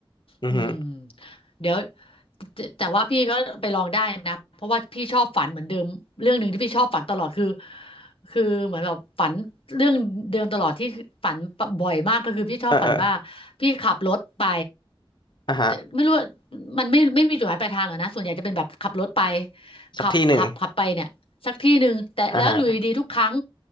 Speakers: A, on the left; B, on the left.
A: อือฮึ
B: อืมเดี๋ยวแต่แต่ว่าพี่ก็ไปลองได้นะเพราะว่าพี่ชอบฝันเหมือนเดิมเรื่องหนึ่งที่พี่ชอบฝันตลอดคือคือเหมือนแบบฝันเรื่องเดิมตลอดที่ฝันบ่อยมากก็คือพี่ชอบฝันว่า
A: เออเออ
B: พี่ขับรถไป
A: อ่ะฮะ
B: แต่ไม่รู้ว่ามันไม่ไม่มีจุดหมายปลายทางหรอกนะส่วนใหญ่จะเป็นแบบขับรถไปขับขับขับไปเนี่ยสักที่หนึ่งแต่แล้วอยู่ดีๆทุกครั้ง
A: สักที่หนึ่งอ่ะฮะ